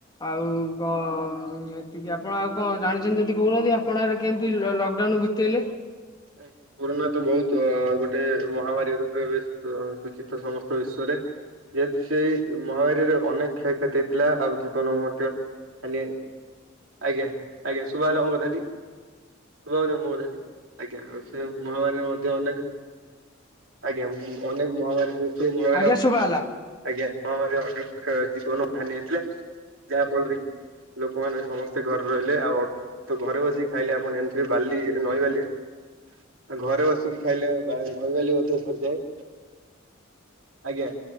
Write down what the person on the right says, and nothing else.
ଆଜ୍ଞା। କରୋନା ତ ବୋହୁତ ଆ ଗୋଟେ ମହାମାରୀ ରୂପେ ବେଶ ତ ସୂଚିତ ସମସ୍ତ ବିଶ୍ଵରେ। ଯେହେତୁ ସେଇ ମହାମାରୀର ଅନେକ କ୍ଷୟକ୍ଷତି ହେଇଥିଲା ଆଉ ଜୀବନକୁ ମଧ୍ୟ ମାନେ ଆଜ୍ଞା ଆଜ୍ଞା ଶୁଭାଗଲା ମୋ କଥାଟି ଶୁଭାହୋଉଚି ମୋ କଥାଟି? ଆଜ୍ଞା ସେ ମହାମାରୀରେ ମଧ୍ୟ ଅନେକ ଆଜ୍ଞା ଅନେକ ମହାମାରୀରେ ସେ ମହାମାରୀରେ
ଆଜ୍ଞା ମହାମାରୀ ଅନେକ ଜୀବନ ହାନି ହେଇଥିଲା। ଯାହାଫଳରେ ଲୋକମାନେ ସମସ୍ତେ ଘରେ ରହିଲେ ଆଉ ଅ ଘରେ ବସିକି ଖାଇଲେ ଆପଣ ଜାଣିଥିବେ ବାଲି ନଈ ବାଲି ଆଉ ଘରେ ବସିକି ଖାଇଲେ ବା ନଈବାଲି ମଧ୍ୟ ସରିଯାଏ। ଆଜ୍ଞା।